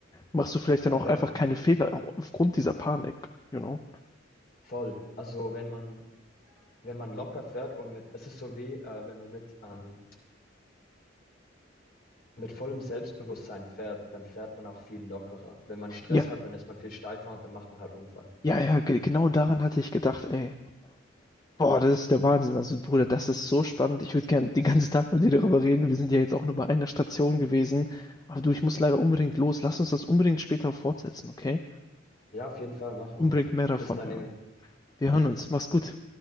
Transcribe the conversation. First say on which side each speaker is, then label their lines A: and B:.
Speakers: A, on the left; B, on the left.
A: machst du vielleicht
B: aber
A: dann auch
B: wenn,
A: einfach keine Fehler aufgrund dieser Panik, you know?
B: voll. Also wenn man, wenn man locker fährt und mit, es ist so wie, äh, wenn man mit, ähm, mit vollem Selbstbewusstsein fährt, dann fährt man auch viel lockerer. Wenn man Stress
A: Ja.
B: hat, dann ist man viel steifer und dann macht man halt Unfall.
A: Ja, ja, ge- genau daran hatte ich gedacht, ey. Boah, das ist der Wahnsinn. Also, Bruder, das ist so spannend. Ich würde gern den ganzen Tag mit dir darüber reden. Wir sind ja jetzt auch nur bei einer Station gewesen. Aber du, ich muss leider unbedingt los. Lass uns das unbedingt später fortsetzen, okay?
B: Ja, auf jeden Fall machen
A: Unbedingt
B: wir.
A: mehr davon
B: Bis dann,
A: hören.
B: Emil.
A: Wir hören uns. Mach's gut.